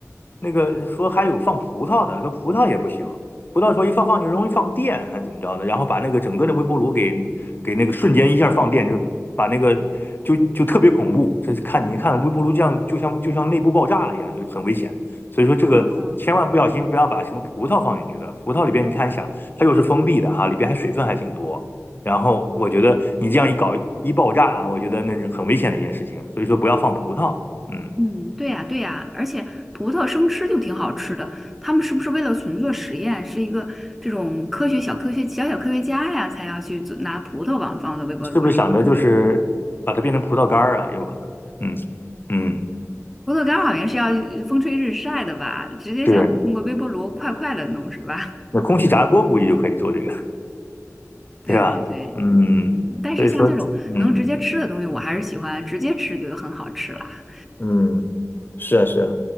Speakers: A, on the left; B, in the centre.
A: 那个说还有放葡萄的，说葡萄也不行，葡萄说一放放就容易放电还是怎么着的，然后把那个整个的微波炉给给那个瞬间一下放电，就把那个就就特别恐怖，这是看你看微波炉这样就像就像内部爆炸了一样，就很危险，所以说这个千万不小心不要把什么葡萄放进去的，
B: 哦，
A: 葡萄里边你看想它又是封闭的哈，里边还水分还挺多。然后我觉得你这样一搞一爆炸啊，我觉得那是很危险的一件事情。所以说不要放葡萄，嗯，
B: 嗯，对呀，对呀，而且葡萄生吃就挺好吃的。他们是不是为了纯做实验，是一个这种科学小科学小小科学家呀，才要去做拿葡萄往放到微波炉里？
A: 是不是想着就是把它变成葡萄干儿啊？有可能，嗯嗯，
B: 葡萄干儿好像是要呃风吹日晒的吧？直接想通过微波炉快快的弄是吧？
A: 是。那空气炸锅估计就可以做这个，
B: <laughs> 对对对，
A: 对吧？嗯，
B: 嗯，但是像这种能直接吃的东西，
A: 所以说，嗯。
B: 我还是喜欢直接吃，觉得很好吃啦。
A: 嗯，是啊，是啊，